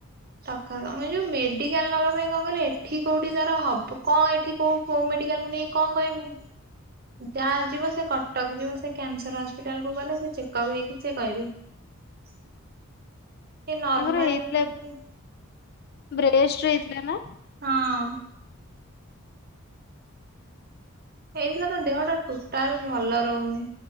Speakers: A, on the right (about 45°); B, on the left (about 45°).
A: ତକାର ଆମେ ଯୋଉ ମେଡିକାଲ ନବା ପାଇଁ କଣ କଲେ ଏଠି କୋଉଠି ତାର ହବ କଣ ଏଠି କୋଉ। କୋଉ ମେଡିକାଲ କୁ ନେଇ କଣ କହିବି। ଯାହା ଯିବ ସେ କଟକ ଯିବ ସେ କ୍ୟାନସର ହସ୍ପିଟାଲ କୁ ଗଲେ ସେ ଚେକଅପ୍ ହେଇକି ସେ କହିବେ। ସେ ନର୍ମାଲ।
B: ତାଙ୍କର ହେଇଥିଲା ବ୍ରେଷ୍ଟ ରେ ହେଇଥିଲା ନା।
A: ହଁ। ହେଇଥିଲା ତ ଦେହ ଟା ଟୋଟାଲ ଭଲ ରହୁନି।